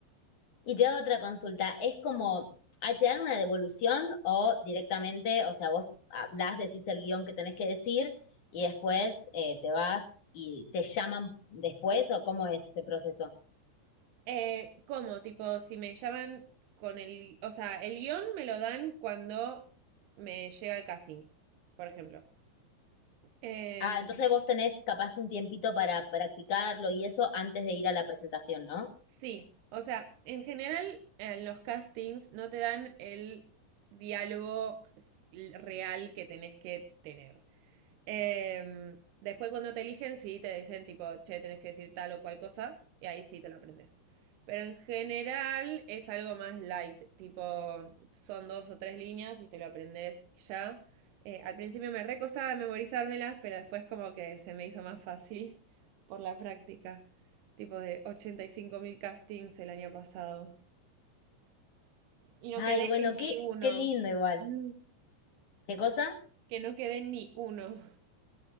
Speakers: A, on the left (about 50°); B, on the right (about 70°).
A: Y te da otra consulta, es como, ah, ¿te dan una devolución o directamente, o sea, vos hablas, decís el guión que tenés que decir y después eh, te vas y te llaman después o cómo es ese proceso?
B: Eh, ¿cómo? Tipo, si me llaman con el, o sea, el guión me lo dan cuando me llega el casting, por ejemplo. Em,
A: Ah, entonces vos tenés capaz un tiempito para practicarlo y eso antes de ir a la presentación, ¿no?
B: Sí, o sea, en general en los castings no te dan el diálogo real que tenés que tener. Eh, después cuando te eligen, sí, te dicen tipo, che, tenés que decir tal o cual cosa, y ahí sí te lo aprendes. Pero en general es algo más light, tipo, son dos o tres líneas y te lo aprendes y ya. Eh, al principio me recostaba memorizármelas, pero después como que se me hizo más fácil <laughs> por la práctica. Tipo de 85.000 castings el año pasado. Y no
A: Ay,
B: quedé
A: bueno,
B: en ni
A: qué,
B: uno.
A: qué lindo igual.
B: Mm.
A: ¿Qué cosa?
B: Que no quedé en ni uno.